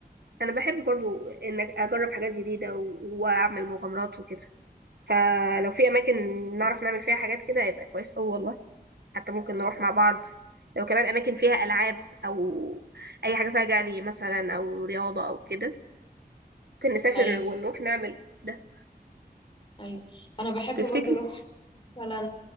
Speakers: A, on the right; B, on the left.
A: انا بحب برضو ان اجرب حاجات جديدة و- واعمل مغامرات وكده فلو في اماكن نعرف نعمل فيها حاجات كده يبقى كويس أوي والله حتى ممكن نروح مع بعض لو كمان اماكن فيها العاب او اي حاجه فيها جري مثلا او رياضه او كده ممكن نسافر
B: ايوه
A: ونروح نعمل ده
B: ايوه انا بحب
A: تفتكري
B: برضو اروح مثلا